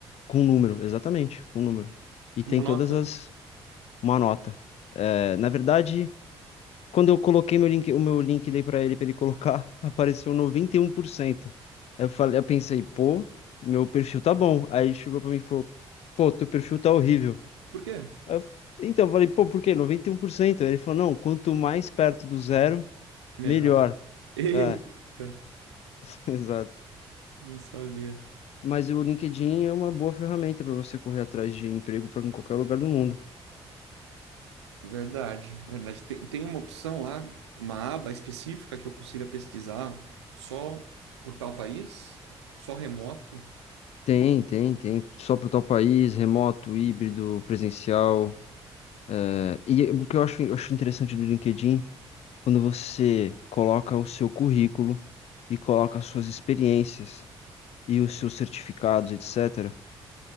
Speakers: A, on the left; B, on the right.
A: com número, exatamente, com número. E tem
B: uma nota.
A: todas as... uma nota. É, na verdade, quando eu coloquei meu link, o meu link dei pra ele, pra ele colocar, <laughs> apareceu 91%. Aí Eu falei, eu pensei, pô, meu perfil tá bom. Aí ele chegou pra mim e falou, pô, teu perfil tá horrível.
B: Por quê?
A: Aí eu f- Então, eu falei, pô, por quê? 91%. Aí Ele falou, não, quanto mais perto do zero,
B: Melhor.
A: melhor.
B: <laughs>
A: É,
B: Eita,
A: <laughs> exato.
B: não sabia.
A: Mas o LinkedIn é uma boa ferramenta para você correr atrás de emprego para em qualquer lugar do mundo.
B: Verdade, verdade. Tem, tem uma opção lá, uma aba específica que eu consiga pesquisar só por tal país, só remoto.
A: Tem, tem, tem. Só para o teu país, remoto, híbrido, presencial. É, E o que eu acho, eu acho interessante do LinkedIn, quando você coloca o seu currículo e coloca as suas experiências e os seus certificados, etc.